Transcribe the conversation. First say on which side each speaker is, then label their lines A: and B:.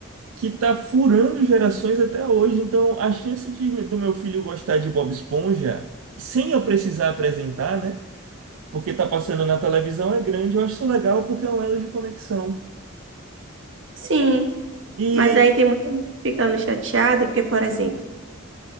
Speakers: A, on the right; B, on the right.
A: Que tá furando gerações até hoje. Então, a chance de, do meu filho gostar de Bob Esponja, sem eu precisar apresentar, né? Porque tá passando na televisão é grande. Eu acho isso legal porque é um elo de conexão.
B: Sim,
A: E
B: mas aí tem muita gente ficando chateada, porque, por exemplo,